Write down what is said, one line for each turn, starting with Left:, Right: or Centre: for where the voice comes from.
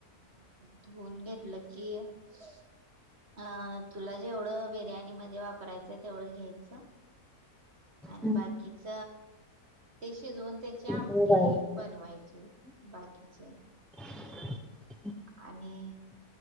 Right: मग धुऊन घेतलं की अ तुला जेवढं बिर्याणी मध्ये वापरायचं तेवढं घ्यायचं. आणि
Centre: हम्म.
Right: बाकीच ते शिजवून त्याची आमटी
Centre: हम्म?
Right: बनवायची बाकीचे
Centre: <inaudible>
Right: आणि